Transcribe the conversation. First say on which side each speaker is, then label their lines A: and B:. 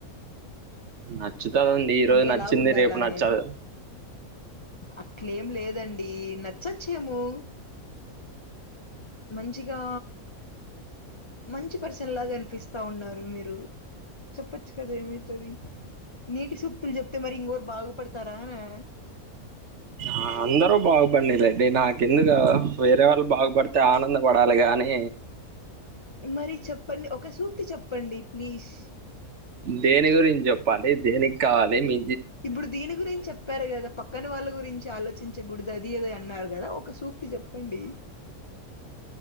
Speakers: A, on the right; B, on the left.
A: నచ్చుత ఉంది ఈ రోజు
B: అంటే
A: నచ్చింది
B: ఎలా ఉండాల
A: రేపు
B: అనేది
A: నచ్చదు
B: అట్లేం లేదండి నచ్చొచ్చేమో మంచిగా మంచి పర్సన్ లాగా అనిపిస్తా ఉన్నారు మీరు చెప్పచ్చు కదా ఏమయితది నీటి సు క్తులు చెప్తే మరి ఇంకోరు బాగుపడతారానా
A: ఆ అందరు బాగుపడని లేండి నా కిందుకు వేరే వాళ్ళు బాగుపడితే ఆనంద పడ పాలి గానీ
B: మరి చెప్పండి ఒక సూక్తి చెప్పండి ప్లీజ్
A: దేని గురించి చెప్పాలి దేనికి కావాలి మీ
B: ఇప్పుడు దీని గురించి చెప్పారు కదా ప క్కన వాళ్ళ గురించి ఆలోచించకూడదు అది అది అన్నారు కదా ఒక సూక్తి చెప్పండి